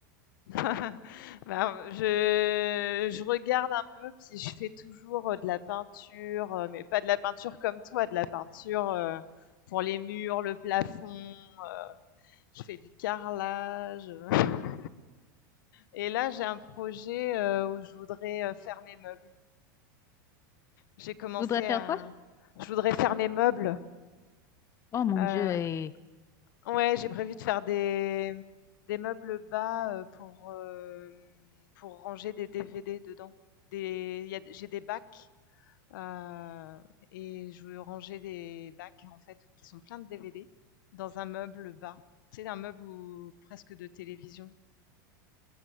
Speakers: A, on the left; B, on the left.
A: <laughs> Bah, je je regarde un peu, puis je fais toujours, heu, de la peinture, heu, mais pas de la peinture comme toi, de la peinture, heu, pour les murs, le plafond, heu, je fais du carrelage, <laughs> et là, j'ai un projet, heu, où je voudrais, heu, faire mes meubles. J'ai commencé
B: Tu voudrais faire
A: à
B: quoi?
A: je voudrais faire mes meubles,
B: Oh mon
A: heu
B: Dieu. Et...
A: ouais, j'ai prévu de faire des, mmh, des meubles bas, heu, pour, hem, pour ranger des DVD dedans. Des il y a j'ai des bacs Euh, et je veux ranger des bacs en fait qui sont pleins de DVD dans un meuble bas. C'est un meuble où- presque de télévision.